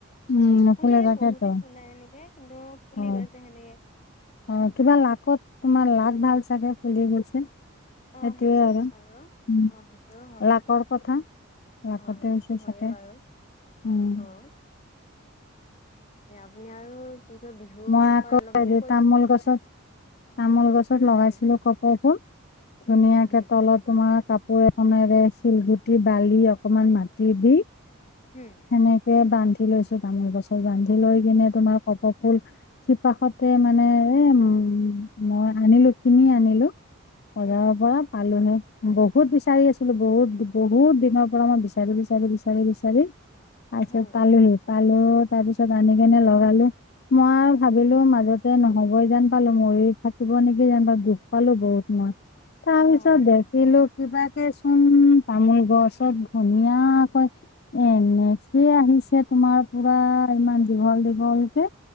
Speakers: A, on the left (about 45°); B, on the left (about 30°).
A: উম
B: কিন্তু
A: নুফুলে
B: ফুলে
A: তাকেতো
B: বহুতে ফুলাই এনেকে কিন্তু ফুলি
A: হয়
B: গৈছে সেনেকে
A: অ কিবা লাকত তোমাৰ লাক ভাল চাগে ফুলি গৈছে
B: অ
A: সেইটোয়ে
B: সেইটো
A: আৰু
B: হয় বাৰু
A: উম
B: অ সেইটোও হয়
A: লাকৰ কথা লাকতে
B: অ সেইটোতো
A: হৈছে
B: হয়য়ে
A: চাগে
B: বাৰু
A: উম
B: অ আপুনি আৰু কি বিহুৰ
A: মই
B: বিষয়ে
A: আকৌ
B: অলপমান
A: হেৰি
B: কৈ
A: তামোল
B: দিওঁ
A: গছত তামোল গছত লগাইছিলো
B: উম
A: কপবোৰ ধুনীয়াকে
B: উম হুম হুম
A: তলত তোমাক কাপোৰ এখনেৰে শিলগুটি বালি অকমান মাটি দি
B: হুম
A: সেনেকে বান্ধি লৈছো পামৰ বছৰ বান্ধি লৈ কিনে তোমাৰ কপ হল চিপাশতে মানে এ উম মই আনিলো কিনি আনিলো বজাৰৰ
B: উম
A: পৰা পালোনে
B: হয়
A: বহুত বিচাৰি আছ বত বহত দিন পৰা মই বিচাৰি বিচাৰি বিচাৰি বিচাৰি আছে
B: হয়
A: তালিম পালো তাৰ পিছত আনি কেনে লগালো মই ভাবিলো
B: উম
A: মাজত নহ'বই যেন পালো মৰি থাকিব নেকি জানো পাই দুখ পালো বহুত মই। তাৰপিছত
B: হয় হয়
A: দেখিলো কিবাকে চোন তামোল গছ চব ধুনিয়াকৈ এনেকিয় আহি পিছে তোমাৰ পৰা ইমান দীঘল দীঘল কে